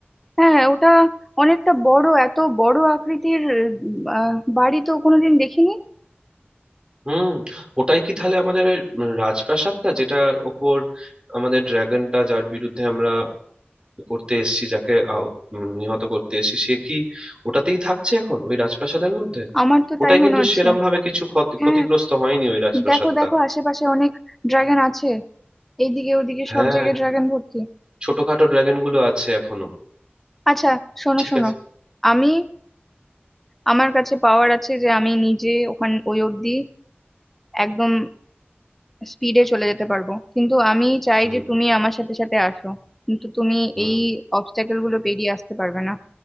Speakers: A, in the centre; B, on the right.
A: হ্যাঁ ওটা অনেকটা বড় এত বড় আকৃতির উম, আহ, বাড়ি তো কোনোদিন দেখিনি
B: হুম ওটাই কি তাহলে আমাদের উম, রাজপ্রাসাদটা যেটার ওপর আমাদের ড্রাগনটা যার বিরুদ্ধে আমরা করতে এসছি যাকে আহ, উম, নিহত করতে এসছি সে কি ওটাতেই থাকছে এখন ওই রাজপ্রাসাদের মধ্যে
A: আমার তো
B: ওটাই
A: তাই মনে
B: কিন্তু
A: হচ্ছে
B: সেরম ভাবে কিছু ক্ষতি-
A: হ্যাঁ
B: ক্ষতিগ্রস্ত হয়নি ওই রাজপ্রাসাদটা
A: দেখো দেখো আশেপাশে অনেক ড্রাগন আছে এইদিকে ওদিকে
B: হ্যাঁ
A: সব জায়গায় ড্রাগন ভর্তি
B: ছোটখাটো ড্রাগন গুলো আছে এখনো
A: আচ্ছা শোনো
B: ঠিক
A: শোনো
B: আছে
A: আমি আমার কাছে পাওয়ার আছে যে আমি নিজে ওখান ওই অবধি একদম স্পিডে চলে যেতে পারবো কিন্তু আমি চাই
B: হুম
A: যে তুমি আমার সাথে সাথে আসো কিন্তু তুমি
B: হুম
A: এই অবস্ট্যাকেল গুলো পেরিয়ে আসতে পারবে না